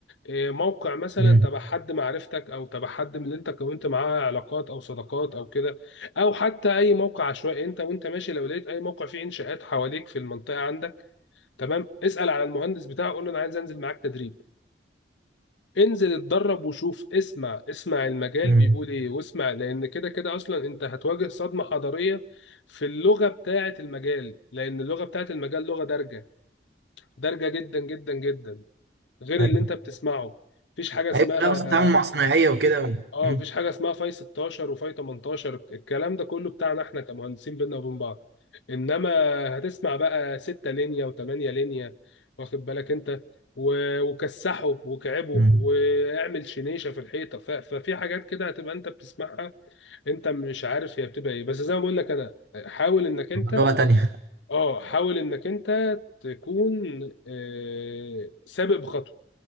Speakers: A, on the left; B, on the right.
A: آه، موقع مثلا
B: امم
A: تبع حد معرفتك او تبع حد من اللي انت كونت معاه علاقات او صداقات او كده او حتى اي موقع عشوائي انت وانت ماشي لو لقيت اي موقع فيه انشاءات حواليك في المنطقة عندك تمام اسأل على المهندس بتاعه قول له انا عايز انزل معاك تدريب انزل اتدرب وشوف اسمع اسمع المجال
B: امم
A: بيقول ايه واسمع لان كده كده اصلا انت هتواجه صدمة حضارية في اللغة بتاعة المجال لان اللغة بتاعة المجال لغة دارجة دارجة جدا جدا جدا غير
B: ايوه
A: اللي انت بتسمعه مفيش حاجة اسمها
B: ايوه لا، اصلا التعامل مع صنايعية وكده و-
A: اه
B: امم
A: مفيش حاجه اسمها فاي 16 وفاي 18 الكلام ده كله بتاعنا احنا كمهندسين بينا وبين بعض انما هتسمع بقى 6 لينيا و8 لينيا واخد بالك انت و- وكسحه وكعبه
B: امم
A: واعمل شنيشه في الحيطه ف- ففي حاجات كده هتبقى انت بتسمعها انت مش عارف هي بتبقى ايه بس زي ما بقول لك انا حاول انك انت
B: لغة تانية
A: اه حاول انك انت تكون آه، سابق بخطوه